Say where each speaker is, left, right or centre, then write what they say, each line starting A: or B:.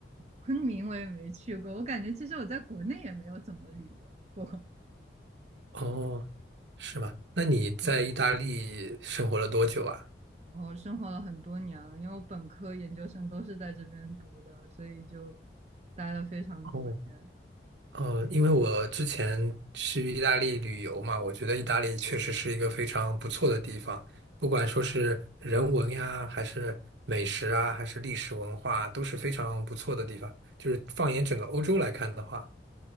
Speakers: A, on the right; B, on the right.
A: 昆明，我也没去过，我感觉其实我在国内也没有怎么旅游过，
B: 哦，是吗？那你在意大利生活了多久啊？
A: <laughs> 嗯。哦，生活了很多年了，因为我本科、研究生都是在这边读的，所以就待了非常多年。
B: 哦，呃，因为我之前去意大利旅游嘛，我觉得意大利确实是一个非常不错的地方，不管说是人文呀，还是美食啊，还是历史文化，都是非常不错的地方。就是放眼整个欧洲来看的话，